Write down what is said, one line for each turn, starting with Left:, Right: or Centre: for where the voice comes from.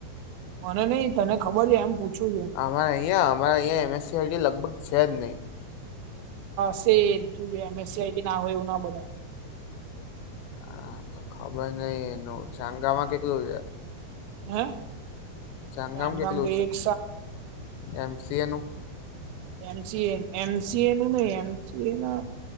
Right: મને નઈ તને ખબર છે એમ પૂછવું છે.
Left: અમારે અહીંયા અમારે અહીંયા એમએસસીઆઇટી લગભગ છે જ નહીં.
Right: હશે જ એમએસસી આઇટી ના હોય એવું ના બને.
Left: હા તો ખબર નઈ એનું ચાંગામાં કેટલું છે?
Right: હે
Left: ચાંગામાં
Right: ચાંગામ
Left: કેટલું છે
Right: એક
Left: એમસીએ નું
Right: <inaudible> એમ C A M C A નું નહ એમ સી એ નુ